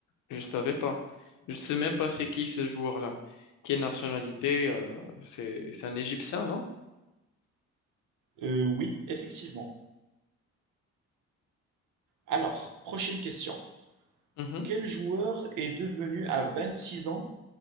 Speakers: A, on the left; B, on the right.
A: Je savais pas. Je sais même pas c'est qui ce joueur-là. Quelle nationalité euh, c'est c'est un Égyptien, non?
B: Euh, oui, effectivement. Alors, prochaine question.
A: Mhm.
B: Quel joueur est devenu à vingt-six ans